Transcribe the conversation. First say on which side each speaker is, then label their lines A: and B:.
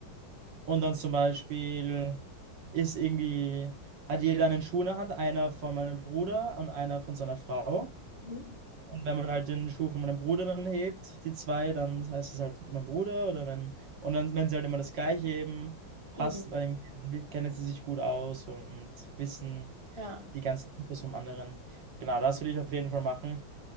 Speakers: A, on the right; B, on the right.
A: Und dann zum Beispiel ist irgendwie, hat jeder einen Schuh in der Hand, einer von meinem Bruder und einer von seiner Frau.
B: Mhm.
A: Und wenn man halt den Schuh von meinem Bruder dann hebt, die zwei, dann heißt es halt mein Bruder oder wenn, und dann, wenn sie halt immer das Gleiche heben, passt,
B: Easy.
A: weil dann kennen sie sich gut aus und wissen
B: Ja,
A: die ganzen Infos vom anderen. Genau, das würde ich auf jeden Fall machen.